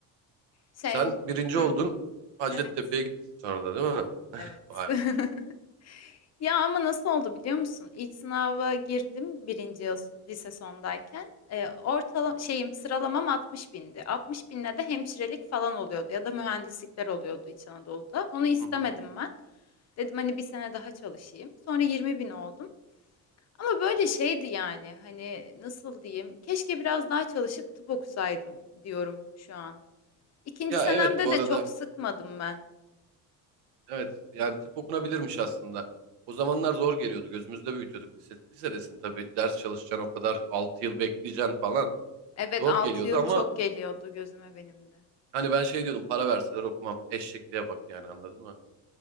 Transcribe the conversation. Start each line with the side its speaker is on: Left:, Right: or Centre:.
Left: Şey,
Right: Sen birinci
Left: hı,
Right: oldun, Hacettepe'ye
Left: evet,
Right: gittin sonra da değil mi?
Left: evet.
Right: Vay
Left: <laughs>
Right: be.
Left: Ya ama nasıl oldu biliyor musun? İlk sınava girdim birinci yıl lise sondayken. E, ortala şeyim sıralamam 60 bindi. 60 binle de hemşirelik falan oluyordu ya da mühendislikler oluyordu İç Anadolu'da. Onu istemedim
Right: <laughs>
Left: ben. Dedim hani bir sene daha çalışayım. Sonra 20 bin oldum. Ama böyle şeydi yani hani nasıl diyeyim? Keşke biraz daha çalışıp tıp okusaydım diyorum şu an. İkinci
Right: Ya
Left: senemde
Right: evet bu
Left: de
Right: arada,
Left: çok sıkmadım ben.
Right: evet yani tıp okunabilirmiş aslında. O zamanlar zor geliyordu, gözümüzde büyütüyorduk. Lise, lisedesin tabii, ders çalışacaksın o kadar, 6 yıl bekleyeceksin falan.
Left: Evet
Right: Zor
Left: 6
Right: geliyordu
Left: yıl
Right: ama
Left: çok geliyordu gözüme benim de.
Right: hani ben şey diyordum, para verseler okumam. Eşekliğe bak yani anladın mı?